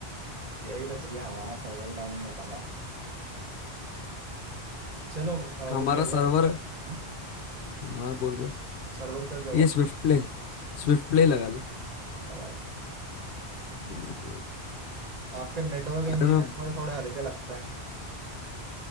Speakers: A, on the right; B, on the left.
A: यही तो चलिए हमारा सर्वर डाउन हो पा रहा चलो अह,
B: हमारा
A: वो खेल
B: सर्वर
A: रहे हैं हम्म,
B: हाँ बोल भाई
A: सर्वर का क्या हुआ
B: ये स्विफ्ट प्ले स्विफ्ट प्ले लगा ले
A: बराबर।
B: हाँ,
A: आपके नेटवर्क
B: अरे
A: इंजीनियर्स
B: मैं
A: मुझे थोड़े हल्के लगते हैं